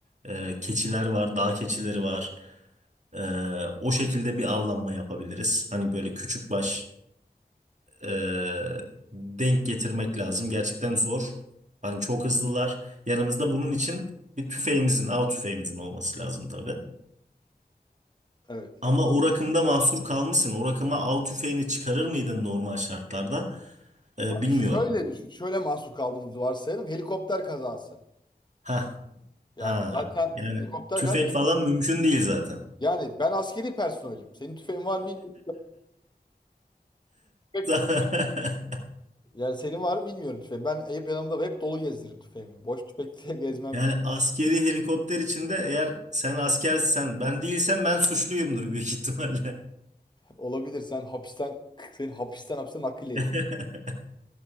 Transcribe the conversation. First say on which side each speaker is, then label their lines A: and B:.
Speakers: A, on the right; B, on the left.
A: e, keçiler var, dağ keçileri var. Ee, o şekilde bir avlanma yapabiliriz. Hani böyle küçük baş e, denk getirmek lazım. Gerçekten zor. Hani çok hızlılar. Yanımızda bunun için bir tüfeğimizin, av tüfeğimizin olması lazım tabii.
B: Evet.
A: Ama o rakımda mahsur kalmışsın. O rakıma av tüfeğini çıkarır mıydın normal şartlarda? Ee,
B: Abi
A: bilmiyorum.
B: şöyle düşün. Şöyle mahsur kaldığımızı varsayalım. Helikopter kazası.
A: Ha
B: Yani
A: ha.
B: zaten
A: Yani
B: helikopter
A: tüfek
B: kazası.
A: falan mümkün değil zaten.
B: Yani ben askeri personelim. Senin tüfeğin var mı bilmiyorum. Tüfek-
A: <laughs>
B: Yani senin var mı bilmiyorum tüfeğin. Ben hep yanımda hep dolu gezdiririm tüfeğimi. Boş tüfekle <laughs> gezmem
A: Yani
B: ya.
A: askeri helikopter içinde eğer sen askersen ben değilsem ben suçluyumdur büyük ihtimalle.
B: Olabilir. Sen hapisten seni hapisten hapse nakil ediyor.
A: <laughs>